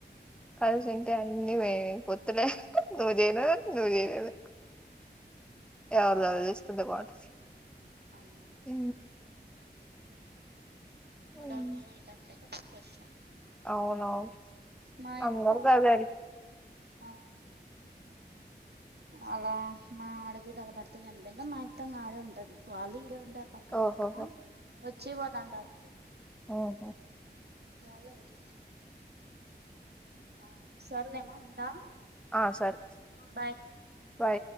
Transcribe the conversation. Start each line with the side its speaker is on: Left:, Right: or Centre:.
Centre: కలిసింత
Right: ఆ
Centre: అ అన్ని పోయినయ్ పొతులే నూ చేయనా నూ చేదు ఎవర్ దాలు చూస్కుంటే బావుంటది
Right: అవును
Centre: ఊ
Right: మూడవు
Centre: ఉమ్.
Right: అయిదంటే కొశను
Centre: అవునవును
Right: మా యత్త
Centre: అందరు గదే
Right: ఆ
Centre: <inaudible>
Right: అళ్లా మా ఆడ బిడ్డల వాళ్ళ భర్త చనిపోయిండు మా అత్తమ్మ ఆడే ఉంటది వాళ్ళు ఇక్కడే ఉంటారు పక్కన
Centre: ఓహోహో
Right: పక్కన వచ్చి పోదంటరు
Centre: ఆహా
Right: వాళ్ళయివి ఆ అవును సర్లేమా ఉంటా
Centre: ఆ సరే
Right: బయ్
Centre: బాయ్